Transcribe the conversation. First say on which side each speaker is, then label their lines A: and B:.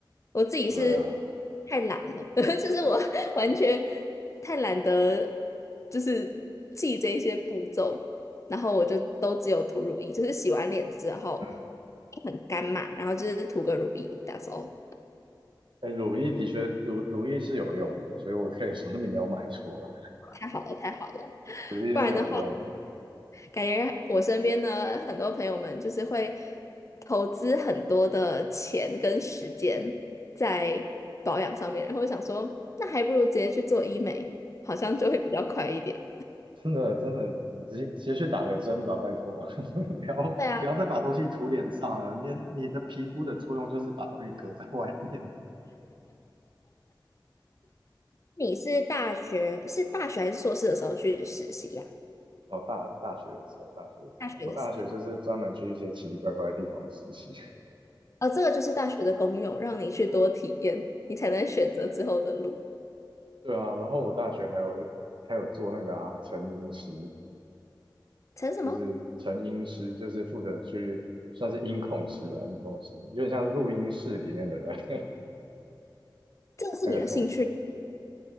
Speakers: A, on the left (about 40°); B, on the right (about 80°).
A: 我自己是
B: 对啊，
A: 太懒了，<laughs> 就是我完全太懒得就是记这些步骤，然后我就都只有涂乳液，就是洗完脸之后
B: 嗯，
A: 很干嘛，然后就是涂个乳液，that's all。
B: 哎，乳液的确乳乳液是有用的，所以我可以说你没有买错了，
A: 太好了，太好了。
B: 乳液是有用的。
A: 不然的感觉我身边的很多朋友们就是会投资很多的钱跟时间在保养上面，然后我想说，那还不如直接去做医美，好像就会比较快一点。
B: 真的真的，直接直接去打个针吧，拜托，<laughs> 不要不要再把东西涂脸上了。
A: 对啊，
B: 你你的皮肤的作用就是把东西隔在外面。
A: 你是大学是大学还是硕士的时候去实习呀、
B: 哦，大大学的时候，大学的时候，
A: 大学的时候，
B: 我大学就是专门去一些奇奇怪怪的地方实习。
A: 呃，这个就是大学的功用，让你去多体验，你才能选择之后的路。
B: <laughs> 对啊，然后我大学还有还有做那个啊，成音师，
A: 成什么？
B: 就是成音师，就是负责去算是音控师啊，音控师，有点像录音室里面的人 <laughs>
A: 这个是你的兴趣？
B: 那个工司。